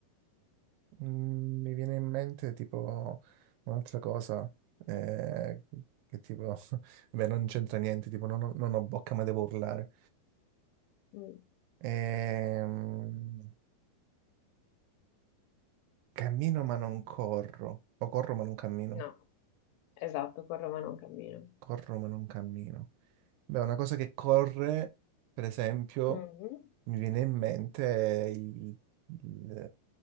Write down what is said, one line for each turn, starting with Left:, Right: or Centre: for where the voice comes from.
Right: Mm, Mi viene in mente tipo un'altra cosa eh, che tipo, <laughs> beh, non c'entra niente, tipo non ho, non ho bocca ma devo urlare.
Left: Mm,
Right: Ehm, cammino ma non corro, o corro ma non cammino,
Left: no, esatto, con Roma non cammino.
Right: corro ma non cammino. Beh, una cosa che corre, per esempio,
Left: Mhm.
Right: mi viene in mente il, il,